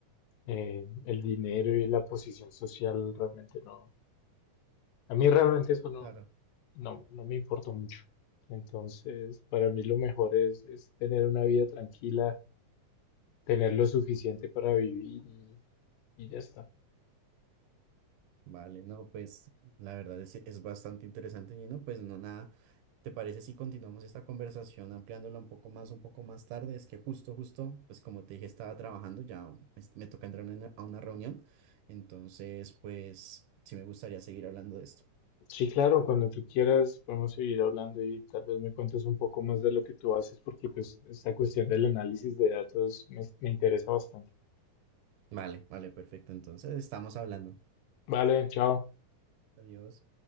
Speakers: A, on the left; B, on the right.
A: eh, el dinero y la posición social realmente no, a mí realmente eso no,
B: claro.
A: no, no me importa mucho. Entonces, para mí lo mejor es, es tener una vida tranquila, tener lo suficiente para vivir y, y ya está.
B: Vale, no, pues la verdad es, es bastante interesante, Gino. Pues no, nada, ¿te parece si continuamos esta conversación ampliándola un poco más, un poco más tarde? Es que justo, justo, pues como te dije, estaba trabajando, ya es- me toca entrar a una, a una reunión, entonces, pues sí me gustaría seguir hablando de esto.
A: Sí, claro, cuando tú quieras podemos seguir hablando y tal vez me cuentes un poco más de lo que tú haces porque pues esta cuestión del análisis de datos me me interesa bastante.
B: Vale, vale, perfecto. Entonces, estamos hablando.
A: Vale, chao.
B: Adiós.